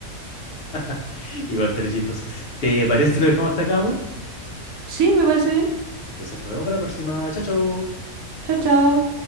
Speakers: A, on the left (about 60°); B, on the right (about 75°).
A: <laughs> Igual seré chistoso. ¿Te parece si lo dejamos hasta acá, amor?
B: Sí, me parece bien.
A: Entonces nos vemos para la próxima. Chao, chao.
B: Chao, chao.